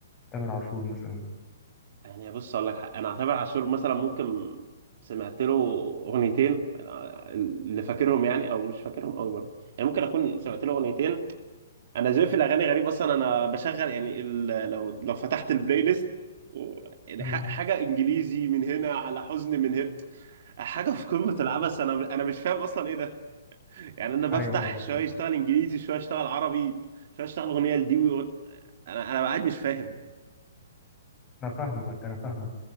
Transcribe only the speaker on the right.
يعني بص اقول لك حق انا اعتبر عاشور مثلا ممكن سمعت له اغنيتين آه، اللي فاكرهم يعني او مش فاكرهم قوي برضه يعني ممكن اكون سمعت له اغنيتين انا ذوقي في الاغاني غريب اصلا انا بشغل يعني ال... لو لو فتحت البلاي ليست و- يعني
ح- حاجه انجليزي من هنا على حزن من هنا حاجه في قمه العبث انا انا مش فاهم اصلا ايه يعني انا بفتح
شويه اشتغل انجليزي شويه اشتغل عربي شويه اشتغل اغنيه لدي ويغ- انا انا قاعد مش فاهم